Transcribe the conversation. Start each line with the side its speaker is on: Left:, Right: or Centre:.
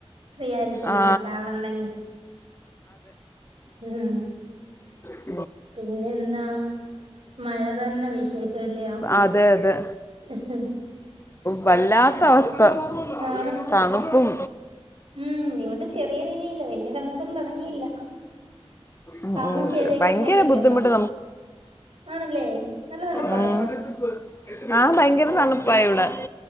Right: ഫ്രീ ആയിരിക്കല്ലോ
Left: ആ
Right: നോക്കാൻ ആളുണ്ടെങ്കി ഉം.
Left: ഏ
Right: പിന്നെ എന്താ മഴ തന്നെ വിശേഷംല്യോം.
Left: അതെ അതെ
Right: ഹ് ഹ്
Left: വല്ലാത്ത അവസ്ഥ
Right: ആണ്
Left: തണുപ്പും
Right: ഉം ഇവിടെ ചെറിയ രീതിയില് വല്യ തണുപ്പൊന്നും തൊടങ്ങിയില്ല
Left: ഉം,
Right: പാമ്പും ചേരയൊക്കെ
Left: ഭയങ്കര
Right: ശല്യക്കെ
Left: ബുദ്ധിമുട്ട്
Right: ണ്ടോ ആണല്ലേ നല്ല തണുപ്പായോ
Left: ഉം ആ ഭയങ്കര തണുപ്പായി ഇവിടെ